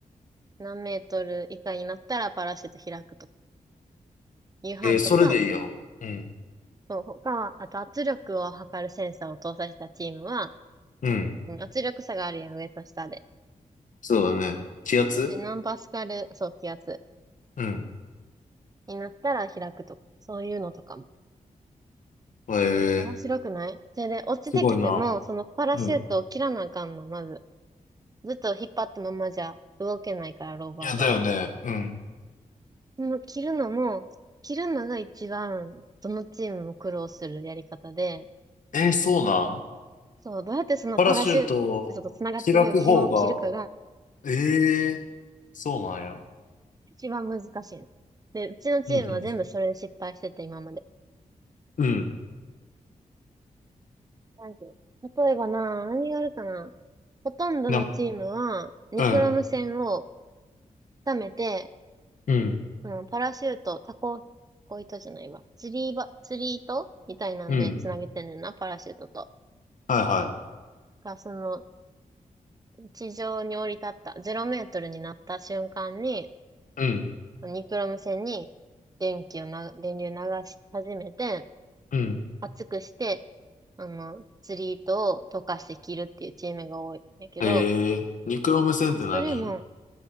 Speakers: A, on the right (about 25°); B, on the left (about 65°).
A: 何メートル以下になったらパラシュート開くとか、夕飯とか、
B: えーそれでいいようん。
A: そう、他、あと圧力を測るセンサーを搭載したチームは、
B: うん。
A: うん圧力差があるやん、上と下で。
B: そうだね。気圧
A: で、何パスカル、そう、気圧
B: うん。
A: になったら開くとか、そういうのとかも。
B: えー、
A: 面白くないそれで、落ちてきても、
B: すごいな。
A: そのパラシュートを切らなあかんの、
B: うん。
A: まず。ずっと引っ張ったままじゃ動けないから、ローバーが。
B: いや、だよね。うん。
A: その切るのも、切るのが一番、どのチームも苦労するやり方で、
B: えー、そうなん
A: そう、どうやってそのパラシュートと繋がってる紐を切るかが、
B: パラシュート開く方が、えー、そうなんや。
A: 一番難しいの。で、うちのチームは全部それで失敗してて、
B: うん。
A: 今まで。
B: うん。うん
A: なんていう例えばな、何があるかな。ほとんどのチームは、
B: なん、
A: ニクロム線を
B: うん。
A: 溜めて、
B: うん。
A: うん、パラシュート、タコ、タコ糸じゃないわ。釣りば、釣り糸みたいなんで繋げてんねんな、
B: うん。
A: パラシュートと。
B: はいはい。
A: が、その、地上に降り立った、0メートルになった瞬間に、
B: うん。
A: ニクロム線に電気をな、電流流し始めて、
B: うん。
A: 厚くして、あの、釣り糸を溶かして着るっていうチームが多いんだけど、
B: えー、ニクロム線って何
A: いやそれも、